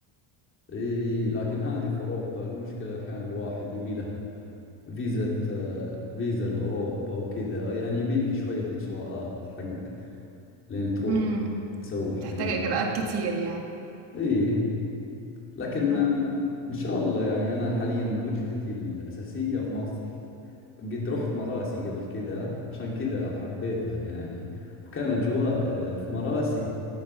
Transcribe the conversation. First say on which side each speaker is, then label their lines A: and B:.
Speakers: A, on the left; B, on the right.
A: اي اي لكن هذه في اوروبا المشكلة احيانا الواحد يبي لها فيزا آه، فيزا لأوروبا وكذا يعني يبيلك شوية إجراءات حق لين تروح
B: امم
A: تتسوح
B: تحتاج
A: هنا
B: إجراءات كتير يعني
A: إيه لكن
B: آه.
A: آه، إن شاء الله يعني أنا حاليا وجهتي الأساسية في مصر قد رحت مراسي
B: مم.
A: قبل كذا عشان كذا حبيتها يعني وكان أجواء آه، في مراسي